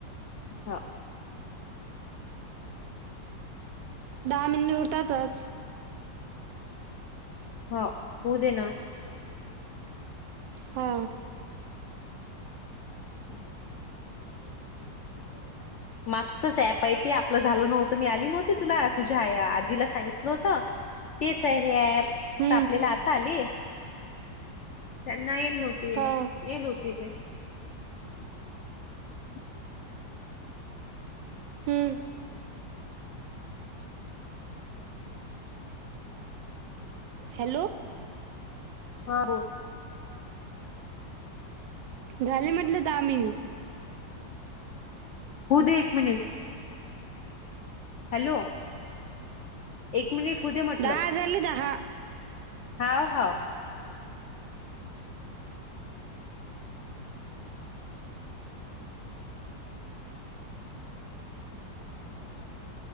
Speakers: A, on the left; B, on the right.
A: हो,
B: <inaudible> <inaudible> मिटलं.
A: ह हो दे ना.
B: हा.
A: हम्म!
B: <inaudible>
A: मागचच ऍप आहे ते आपलं झालं नव्हतं मी आली नव्हती तुला तुझ्या आई आजीला सांगितलं नव्हत तेच आहे हे ॲप फक्त
B: हम्म
A: आपल्याला आता आले. त्यांना येल नव्हते
B: हा
A: येल होते काय <inaudible>
B: हम्म हॅलो!
A: हा बोल.
B: झाली म्हटलं दहा मिनिटं.
A: हु दे एक मिनिट. हॅलो! एक मिनिट. होऊ दे म्हटलं
B: दहा झाले दहा.
A: हाव हाव.